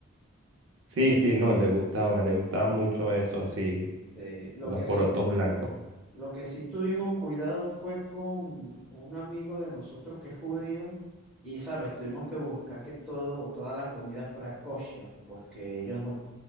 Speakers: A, on the right; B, in the centre.
A: Sí,
B: Eh,
A: sí, no, le gustaba, le gustaba mucho eso, sí,
B: eh, lo
A: los
B: que
A: porotos
B: sí tú,
A: blancos.
B: lo que sí tuvimos cuidado fue con, un amigo de nosotros que es judío y, sabes, tuvimos que buscar que todo, toda la comida fuera kosher porque ellos no,